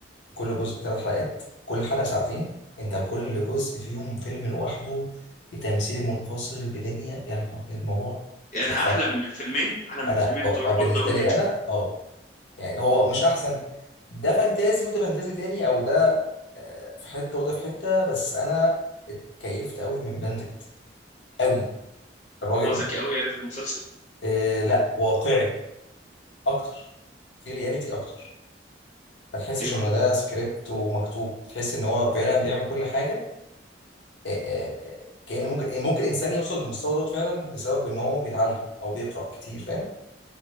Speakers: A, on the left (about 80°); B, on the left (about 40°).
A: كل جزء ثلاث حلقات كل حلقه ساعتين انت كل جزء فيهم فيلم لوحده بتمثيل منفصل بدنيا يا نهار الموضوع
B: يعني
A: تحفه
B: احلى من الفيلمين احلى من
A: انا
B: الفيلمين
A: اه
B: بتوع روبرت
A: بالنسبه
B: داوني
A: لي
B: جر.
A: انا اه يعني هو مش احسن ده فانتازي وده فانتازي تاني او ده آه، في حته وده في حته بس انا اتكيفت قوي من بندكت قوي الراجل
B: هو ذكي قوي يعني في المسلسل
A: آه لا واقعي اكتر في رياليتي اكتر ما تحسش
B: ليه ما
A: انه
B: هو
A: ده سكريبت ومكتوب تحس ان هو فعلا بيعمل كل حاجه آه، آه، آه، كأن ممكن إيه، ممكن انسان يوصل للمستوى دوت فعلا بسبب ان هو بيتعلم او بيقرأ كتير فاهم